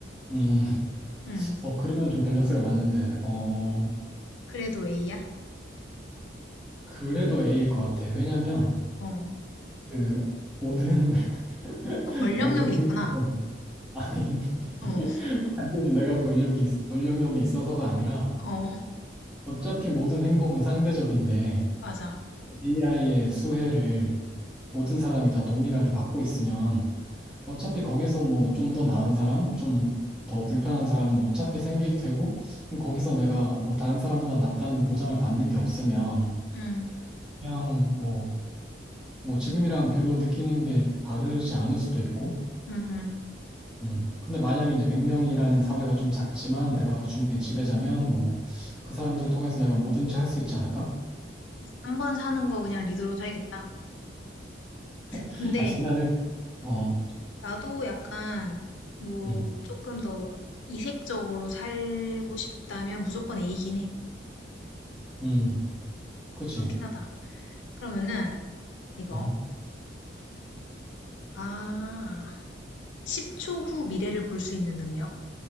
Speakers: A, in the centre; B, on the left.
A: 음,
B: 음,
A: 어, 그러면 좀 밸런스가 맞는데, 어,
B: 그래도 A야?
A: 그래도 A일 것 같아. 왜냐면
B: 어.
A: 그 모든, <laughs>
B: 너 권력력이
A: 모든
B: 있구나.
A: 행복은 아니,
B: 어,
A: <laughs> 단순히 내가 권력이, 있- 권력력이 있어서가 아니라
B: 어,
A: 어차피 모든 행복은 상대적인데
B: 맞아.
A: AI의 수혜를 모든 사람이 다 동일하게 받고 있으면 어차피 거기서 뭐 좀 더 나은 사람, 좀 더 불편한 사람은 어차피 생길 테고, 그럼 거기서 내가 뭐 다른 사람보다 낫다는 보장을 받는 게 없으면,
B: 음,
A: 그냥 뭐, 뭐 지금이랑 별로 느끼는 게 다르지 않을 수도 있고,
B: 음, 음.
A: 음. 근데 만약에 이제 백 명이라는 사회가 좀 작지만 내가 그 중에 지배자면 뭐, 그 사람들 통해서 내가 뭐든지 할 수 있지 않을까?
B: 한 번 사는 거 그냥 리더로 살겠다.
A: <laughs>
B: 근데
A: 아니, 나는, 어,
B: 나도 약간 뭐
A: 음,
B: 조금 더 이색적으로 살고 싶다면 무조건 A긴 해.
A: 음, 그치,
B: 그렇긴 하다. 그러면은 이거.
A: 어,
B: 아, 10초 후 미래를 볼 수 있는 능력.